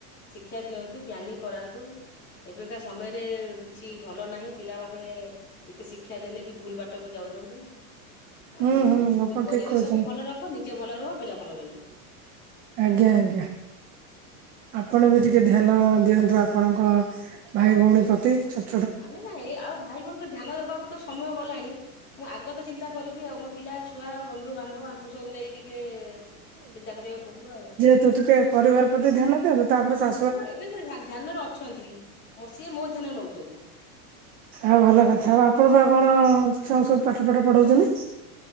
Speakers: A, on the left; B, on the right.
A: ଶିକ୍ଷା ଦିଅନ୍ତୁ ଜ୍ଞାନୀ କରାନ୍ତୁ। ଏବେକା ସମୟରେ କିଛି ଭଲ ନାହିଁ ପିଲାମାନେ ଯେତେ ଶିକ୍ଷା ଦେଲେ ବି ଭୁଲ ବାଟକୁ ଯାଉଚନ୍ତି।
B: ହୁଁ
A: ଆଉ
B: ହୁଁ
A: ନିଜ
B: ଆପଣ
A: ପରିବେଶକୁ
B: ଠିକ କହୁଛନ୍ତି
A: ଭଲ ରଖ ନିଜେ ଭଲ ରୁହ ପିଲା ଭଲ ରହିବେ।
B: ଆଜ୍ଞା ଆଜ୍ଞା। ଆପଣ ବି ଟିକେ ଧ୍ୟାନ ଦିଅନ୍ତୁ ଆପଣଙ୍କ ଭାଇ ଭୋଉଣୀ ପ୍ରତି ଛୋ
A: ଆରେ ନାଇଁ ଆଉ ଭାଇ ଭୋଉଣୀଙ୍କୁୁ ଧ୍ୟାନ ଦବାକୁ ତ ସମୟ ଗଲାଣି ମୁଁ ଆଗତ ଚିନ୍ତା କରିବି ଆଉ ମୋ ପିଲା, ଛୁଆ, ବନ୍ଧୁ, ବାନ୍ଧବ ଆଙ୍କୁ ସବୁ ନେଇ ଟିକେ ଚିନ୍ତା କରିବାକୁ ପଡିବ ଆଉ।
B: ଆଗ ଟିକେ ପରିବାର ପ୍ରତି ଧ୍ୟାନ ଦିଅନ୍ତୁ ତାପରେ ଶା
A: ହଁ ଏବେ ସେ ଧ୍ୟା ଧ୍ୟାନରେ ଅଛନ୍ତି ମୋ ସିଏ ମୋ ଧ୍ୟାନ ରେ ନଉଛନ୍ତି।
B: ଆଉ ଭଲ କଥା ଆଉ ଆପଣ ପା କଣ ଛୁଆ କୁ ସବୁ ପାଠ ପାଠ ପଢଉଚନ୍ତି।